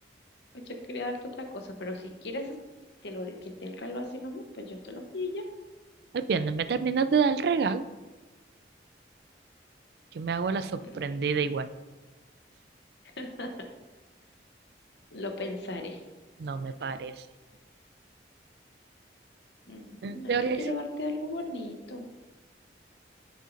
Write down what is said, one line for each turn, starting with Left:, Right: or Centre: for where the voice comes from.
Left: Pues yo quería darte otra cosa, pero si quieres que, lo, que te el reloj así nomás, pues yo te lo di ya.
Right: El viernes me terminas de dar el regalo. Yo me hago la sorprendida
Left: Mm.
Right: igual.
Left: <laughs> Lo pensaré.
Right: No me parece.
Left: Mm,
Right: En teoría
Left: Es que quiero
Right: sí.
Left: darte algo bonito.